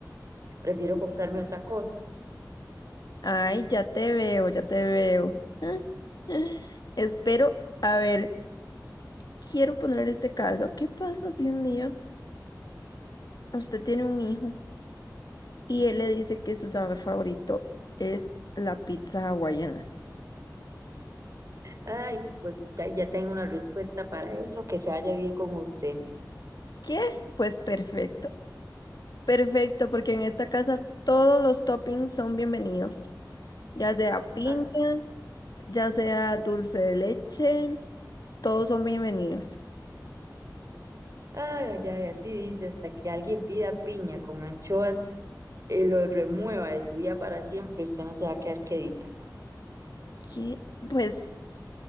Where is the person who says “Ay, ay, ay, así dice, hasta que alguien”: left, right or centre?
Right